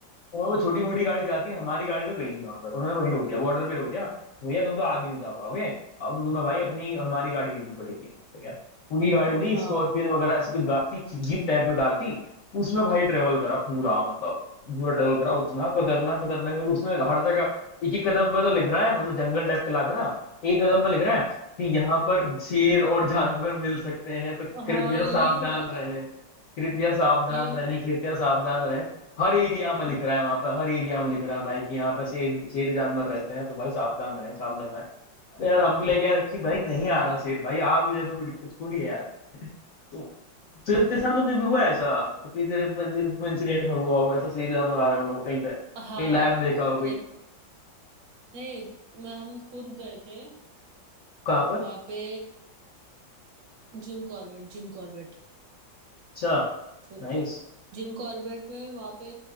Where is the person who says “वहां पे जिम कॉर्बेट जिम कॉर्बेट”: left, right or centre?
Right